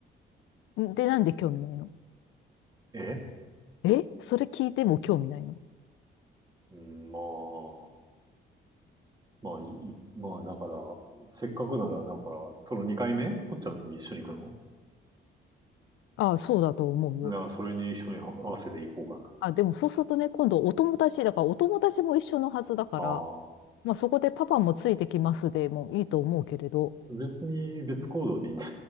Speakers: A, on the left; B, on the right.
A: うんで、なんで興味ないの
B: え
A: え、それ聞いても興味ないの
B: うん、まあ、まあいまあだから、せっかくなら、だから、その2回目こっちゃんも一緒に行くの
A: ああ、そうだと思うよ。
B: だからそれに一緒に合わせていこうかな。
A: あ、でもそうするとね、今度お友達、だからお友達も一緒のはずだから、
B: ああ、
A: まあそこでパパもついてきますでもいいと思うけれど、
B: 別に別行動でいいんだ。